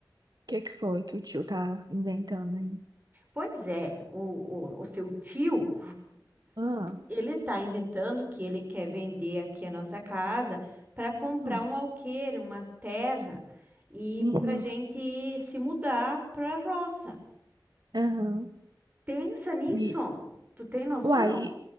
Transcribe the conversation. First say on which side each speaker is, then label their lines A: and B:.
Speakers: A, on the right (about 60°); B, on the right (about 25°).
A: que que foi que o tio tá inventando aí?
B: Pois é, o, o, o seu tio,
A: Ah,
B: ele tá inventando que ele quer vender aqui a nossa casa para comprar
A: hum,
B: um alqueire, uma terra, e
A: uhum,
B: pra gente se mudar pra roça.
A: aham.
B: Pensa nisso.
A: E,
B: Tu tem noção?
A: uai,